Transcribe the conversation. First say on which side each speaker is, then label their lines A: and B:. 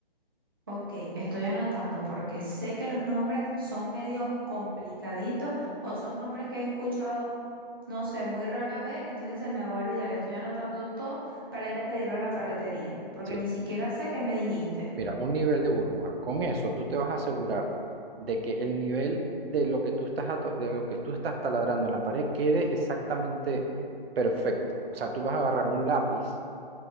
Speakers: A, on the right (about 25°); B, on the right (about 85°).
A: Ok, estoy anotando porque sé que los nombres son medios complicaditos o son nombres que he escuchado, no sé, muy rara vez, entonces se me va a olvidar. Estoy anotando todo para ir a pedirlo a la ferretería, porque
B: Sí,
A: ni siquiera sé qué me dijiste.
B: mira, un nivel de burbuja. Con eso tú te vas a asegurar de que el nivel de lo que tú estás, ato- de lo que tú estás taladrando en la pared quede exactamente perfecto. O sea, tú vas a agarrar un lápiz